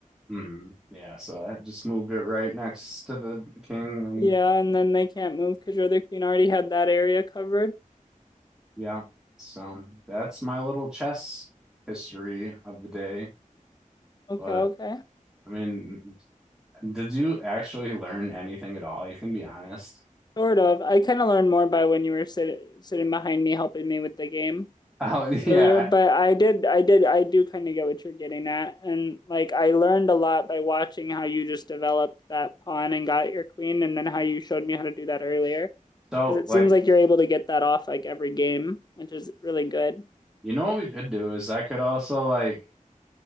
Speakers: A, in the centre; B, on the left.
A: mhm, yeah, so I just moved it right next to the king, and
B: Yeah, and then they can't move because your other queen already had that area covered.
A: yeah, so that's my little chess history of the day.
B: Okay,
A: But
B: okay.
A: I mean, did you actually learn anything at all? You can be honest. <laughs>
B: Sort of. I kind of learned more by when you were sit sitting behind me helping me with the game.
A: Oh,
B: earlier,
A: yeah.
B: but
A: I,
B: I did, I did, I do kind of get what you're getting at. And like, I learned a lot by watching how you just developed that pawn and got your queen, and then how you showed me how to do that earlier.
A: so,
B: Because it
A: like,
B: seems like you're able to get that off like every game, which is really good.
A: You know what we could do is I could also like